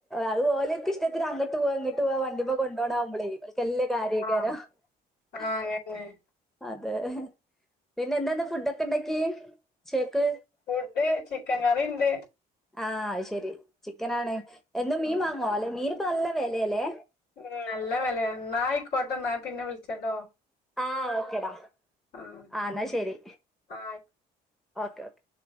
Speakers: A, in the centre; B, on the left (about 70°).
A: അത്പോലൊക്കെ ഇഷ്ടത്തിന് അങ്ങട്ട് പോവാ ഇങ്ങട്ട് പോവാ വണ്ടിമ്മ കൊണ്ടോണാകുമ്പളേ കല്ല് കാര്യകരം
B: ആഹ് ആഹ്
A: അ
B: അങ്ങനെന്നെ
A: അതെ പിന്നെ എന്താന്ന് ഫുഡൊക്കെ ഉണ്ടാക്കി ഉചേക്ക്
B: ഫുഡ് ചിക്കൻ കറി ഇണ്ട്
A: ആ ശരി ചിക്കനാണ് എന്നും മീൻ
B: ഉം
A: വാങ്ങുവോ അല്ലെ മീൻ ഇപ്പ നല്ല വിലയാലെ
B: ഉം നല്ല വിലയ എന്ന ആയിക്കോട്ടെ എന്നാ പിന്നെ വിളിച്ചട്ടോ
A: ആ ഓക്കെടാ
B: ആഹ്
A: ആ എന്നാ ശരി
B: ആയി
A: ഓക്കേ ഓക്കേ